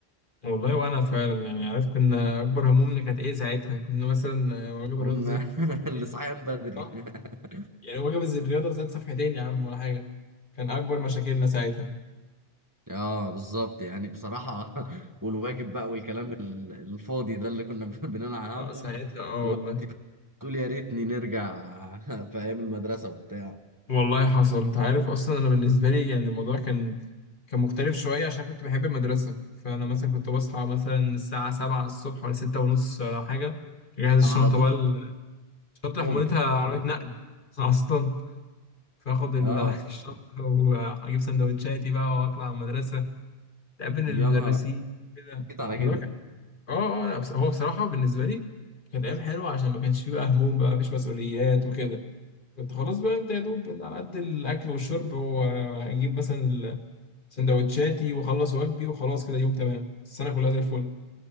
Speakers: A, on the left; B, on the right.
A: والله وانا فعلا يعني عارف كنا اكبر همومنا كانت ايه ساعتها كنا مثلا آه، واجب
B: قمنا
A: الرياضة زاد
B: <laughs>
A: صفحتين
B: لصحيان بدري
A: صح
B: <laughs>
A: يعني واجب الز- الرياضة زاد صفحتين يا عم ولا حاجة كان اكبر مشاكلنا ساعتها
B: اه بالظبط يعني بصراحة <laughs> والواجب بقى والكلام ال- الفاضي ده اللي كنا <laughs> بننعى
A: اه
B: همه
A: ساعتها اه
B: الواحد
A: والله
B: تقول يا ريتني نرجع <laughs> في ايام المدرسة وبتاع
A: والله حصل انت عارف اصلا انا بالنسبة لي يعني الموضوع كان كان مختلف شوية عشان كنت بحب المدرسة فانا مثلا كنت بصحى مثلا الساعة 7 الصبح ولا 6 ونص ولا حاجة اجهز
B: على
A: الشنطة
B: طول
A: بقى شنطة
B: ممكن
A: حمولتها عربية أوه. نقل <laughs> أصلا فاخد ال-
B: اه
A: <laughs> الشنطة وأجيب سندوتشاتي بقى وأطلع المدرسة أقابل
B: يا
A: المدرسين
B: نهار
A: كده
B: أبيض على
A: الموضوع
B: كده
A: كان آه آه لا بس هو بصراحة بالنسبة لي كانت أيام حلوة عشان ما كانش فيه بقى هموم بقى مفيش مسؤوليات وكده كنت خلاص بقى أنت يا دوب على قد الأكل والشرب وأجيب مثلا ال- سندوتشاتي وأخلص واجبي وخلاص كده يوم تمام السنة كلها زي الفل